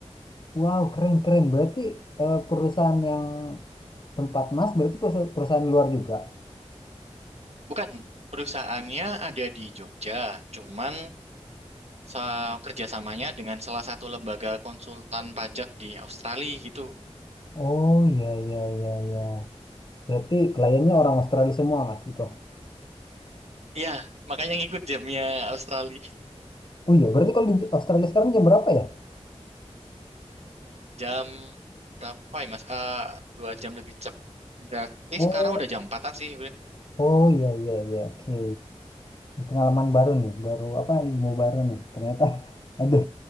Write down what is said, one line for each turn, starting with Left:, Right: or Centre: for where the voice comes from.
Left: Wow, keren, keren. Berarti eh, perusahaan yang tempat Mas, berarti perus- perusahaan luar juga?
Right: Bukan, perusahaannya ada di Jogja, cuman sa- kerjasamanya dengan salah satu lembaga konsultan pajak di Australia gitu.
Left: Oh, iya, iya, iya, iya. Berarti kliennya orang Australia semua, Mas, gitu.
Right: Iya, makanya ngikut jamnya Australia.
Left: Oh iya, berarti kalau di Australia sekarang jam berapa ya?
Right: Jam berapa ya, Mas? Eh, dua jam lebih cepat. Berarti
Left: Oh,
Right: sekarang udah jam empatan sih.
Left: oh iya iya iya. Oke. Pengalaman baru nih, baru apa ilmu baru nih. Ternyata <laughs> ada